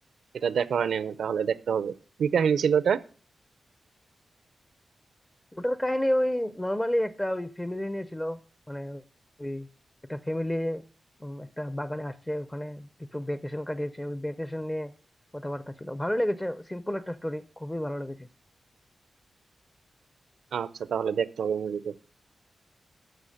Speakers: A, on the right; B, on the left.
A: এটা দেখা হয়নি আমার তাহলে দেখতে হবে কি কাহিনী ছিল ওটা
B: ওটার কাহিনী ওই নর্মালি একটা ওই ফ্যামিলি নিয়ে ছিল মানে ওই একটা ফ্যামিলি একটা বাগানে আসছে ওখানে কিছু ভ্যাকেশন কাটিয়েছে ওই ভ্যাকেশন নিয়ে কথাবার্তা ছিল ভালো লেগেছে সিম্পল একটা স্টোরি খুবই ভালো লেগেছে
A: আচ্ছা তাহলে দেখতে হবে মুভিটা